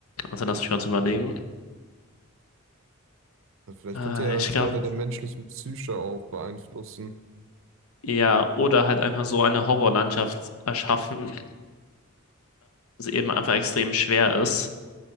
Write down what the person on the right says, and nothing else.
vielleicht
könnte er
Teile
der menschlichen Psyche auch beeinflussen.